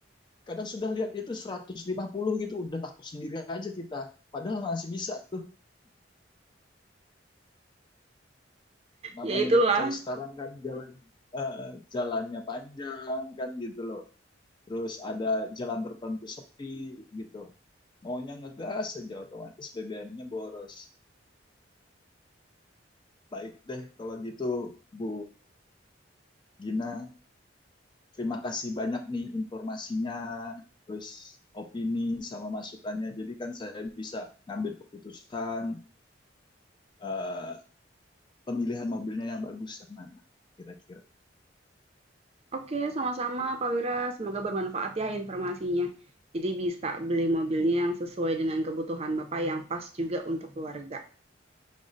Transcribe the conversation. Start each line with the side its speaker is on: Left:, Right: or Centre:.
Left: kadang sudah lihat itu 150 gitu udah takut sendiri aja kita padahal masih bisa tuh namanya
Right: Ya itulah.
Left: di tol sekarang kan jalan eh, jalannya panjang kan gitu loh terus ada jalan tertentu sepi gitu maunya ngegas aja otomatis BBM-nya boros baik deh kalau gitu Bu Gina terima kasih banyak nih informasinya terus opini sama masukannya jadi kan saya bisa ngambil keputusan eh, pemilihan mobilnya yang bagus yang mana kira-kira
Right: Oke, sama-sama Pak Wira, semoga bermanfaat ya informasinya. Jadi bisa beli mobilnya
Left: ya,
Right: yang sesuai dengan kebutuhan Bapak yang pas juga untuk keluarga.